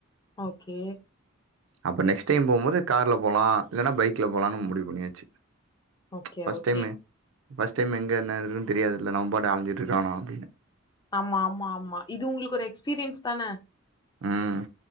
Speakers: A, on the left; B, on the right.
A: ஓகே
B: அப்ப நெக்ஸ்ட் டைம் போம்போது கார்ல போலா இல்லனா பைக்ல போலானு முடிவு பண்ணியாச்சு
A: okay
B: first
A: okay
B: time first time எங்க என்ன இதுன்னு தெரியாதுல நம்மம்பாட்டுக்கு அழஞ்சிட்டு இருக்க வேனா அப்டினு
A: ஆமா ஆமா ஆமா இது உங்களுக்கு ஒரு எக்ஸ்பீரியன்ஸ் தான
B: ம்